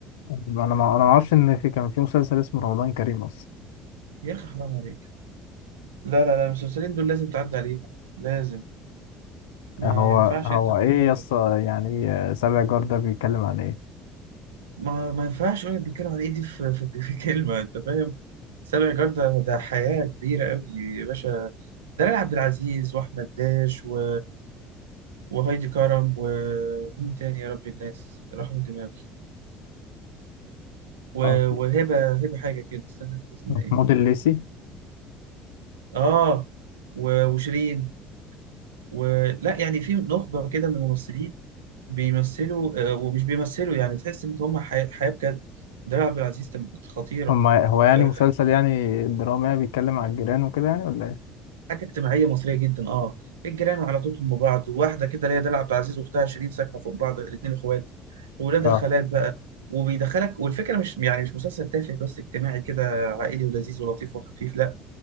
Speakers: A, on the left; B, on the right.
A: انا ما انا ما اعرفش ان في كان في مسلسل اسمه رمضان كريم اصلا
B: يا اخي حرام عليك لا لا لا المسلسلين دول لازم تعدي عليهم لازم ما
A: هو
B: ينفعش
A: هو
B: انت
A: ايه
B: تعمله
A: يا اسطى
B: ده
A: يعني آه، سابع جار ده بيتكلم عن ايه
B: ما ما ينفعش يقول بيتكلم عن ايه دي في, في, في كلمه انت فاهم سابع جردة ده حياه كبيره قوي يا باشا دلال عبد العزيز واحمد داش و وهايدي كرم ومين تاني يا رب الناس رحمة دماغي و...
A: اه في-
B: وهبة هبة حاجة كده استنى كده اسمها
A: محمود
B: ايه
A: الليثي
B: اه و... وشيرين ولا يعني في نخبة كده من الممثلين بيمثلوا آه، ومش بيمثلوا يعني تحس إن هم حي- حياة بجد دلال عبد العزيز كانت خطيرة
A: هما هو يعني
B: آه،
A: مسلسل يعني درامي يعني بيتكلم عن الجيران وكده يعني ولا ايه
B: حاجة اجتماعية مصرية جدا اه الجيران وعلاقتهم ببعض واحدة كده اللي هي دلال عبد العزيز وأختها شيرين ساكنة فوق بعض الاتنين إخوات وولاد
A: اه
B: الخالات بقى وبيدخلك والفكرة مش يعني مش مسلسل تافه بس اجتماعي كده عائلي ولذيذ ولطيف وخفيف لا